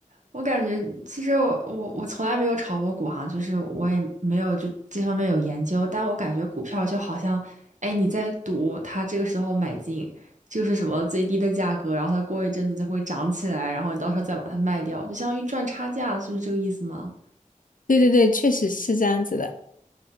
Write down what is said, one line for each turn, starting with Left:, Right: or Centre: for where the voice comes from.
Right: 我感觉，其实我我我从来没有炒过股哈，就是我也没有就这方面有研究，但我感觉股票就好像，哎，你在赌它这个时候买进就是什么最低的价格，然后它过一阵子就会涨起来，然后你到时候再把它卖掉，就相当于赚差价，是不是这个意思吗？
Left: 对对对，确实是这样子的。